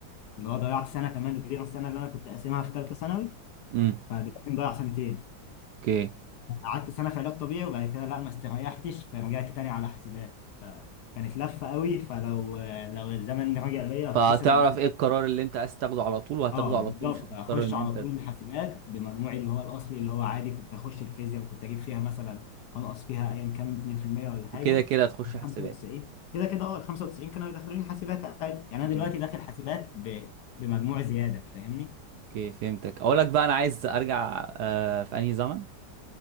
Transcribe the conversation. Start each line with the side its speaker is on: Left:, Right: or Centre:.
Left: اللي هو ضيعت سنه كمان غير السنه اللي انا كنت قاسمها في ثالثه ثانوي
Right: امم
Left: فدلوقتي مضيع سنتين
Right: اوكي
Left: قعدت سنة في علاج طبيعي وبعد كده لا ما استريحتش فرجعت تاني على حاسبات فكانت لفة قوي فلو لو الزمن رجع ليا
Right: فهتعرف
Left: اختصر الدنيا
Right: ايه القرار اللي انت عايز تاخده على طول وهتاخده
Left: اه
Right: على
Left: بالظبط
Right: طول مش هتضطر
Left: اخش
Right: ان
Left: على
Right: انت
Left: طول الحاسبات بمجموعي اللي هو الاصلي اللي هو عادي كنت اخش الفيزياء وكنت اجيب فيها مثلا هنقص فيها ايا كان 2% ولا حاجه
Right: وكده كده هتخش حسابات
Left: 95 كده كده اه ال 95 كانوا يدخلوني حاسبات عادي يعني
Right: امم
Left: انا دلوقتي داخل حاسبات ب... بمجموع زياده فاهمني؟
Right: اوكي فهمتك اقول لك بقى انا عايز ارجع آه في انهي زمن